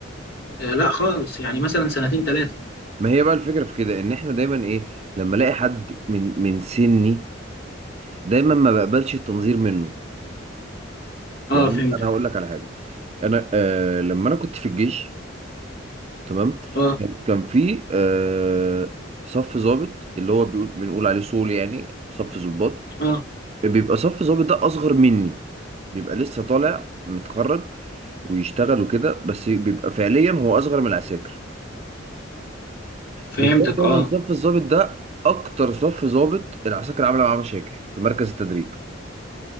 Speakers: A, on the left (about 55°); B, on the right (about 35°).
A: آه لا خالص يعني مثلا سنتين ثلاثه
B: ما هي بقى الفكره في كده ان احنا دايما ايه لما الاقي حد من من سني دايما ما بقبلش التنظير منه يعني
A: اه فهمتك
B: انا أنا هقول لك على حاجه انا آه لما انا كنت في الجيش تمام
A: اه
B: كان في آه صف ضابط اللي هو بيقول بنقول عليه صول يعني صف ضباط
A: اه
B: بيبقى صف ظابط ده اصغر مني بيبقى لسه طالع متخرج ويشتغل وكده بس بيبقى فعليا هو اصغر من العساكر
A: فهمتك
B: بتلاقي دايما
A: اه
B: صف الظابط ده اكتر صف ظابط العساكر عامله معاه مشاكل في مركز التدريب